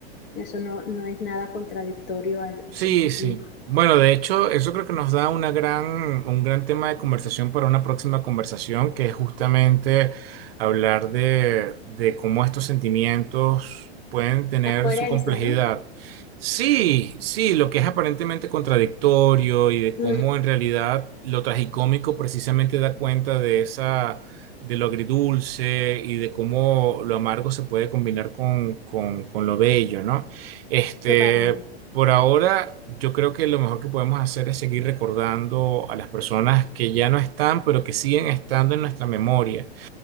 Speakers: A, on the left (about 55°); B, on the right (about 70°).
A: Eso no, no es nada contradictorio al,
B: Sí,
A: al sentimiento.
B: sí. Bueno, de hecho, eso creo que nos da una gran, un gran tema de conversación para una próxima conversación, que es justamente hablar de, de cómo estos sentimientos pueden tener
A: La coherencia,
B: su complejidad.
A: ¿no?
B: Sí, sí, lo que es aparentemente contradictorio y de cómo
A: Mm,
B: en realidad lo tragicómico precisamente da cuenta de esa, de lo agridulce y de cómo lo amargo se puede combinar con, con, con lo bello, ¿no? Este.
A: totalmente.
B: Por ahora, yo creo que lo mejor que podemos hacer es seguir recordando a las personas que ya no están, pero que siguen estando en nuestra memoria.